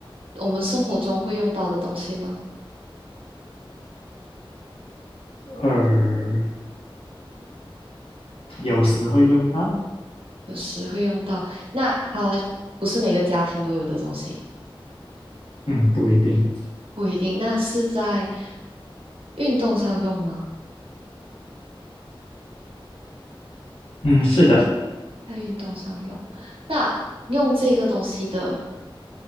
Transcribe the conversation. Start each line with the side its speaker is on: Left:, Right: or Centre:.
Right: 我们生活中会用到的东西吗？
Left: 呃，有时会用到，
Right: 有时会用到。那它不是每个家庭都有的东西，
Left: 嗯，不一定，
Right: 不一定。那是在运动上用吗？
Left: 嗯，是的，
Right: 在运动上用。那用这个东西的